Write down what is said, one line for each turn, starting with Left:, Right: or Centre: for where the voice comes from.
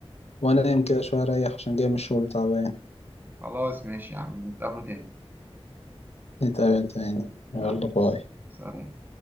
Left: وانام كده شويه اريح عشان جاي من الشغل تعبان
Right: خلاص ماشي يا عم نتقابلوا تاني
Left: نتقابل تاني يلا
Right: يلا
Left: باي
Right: سلام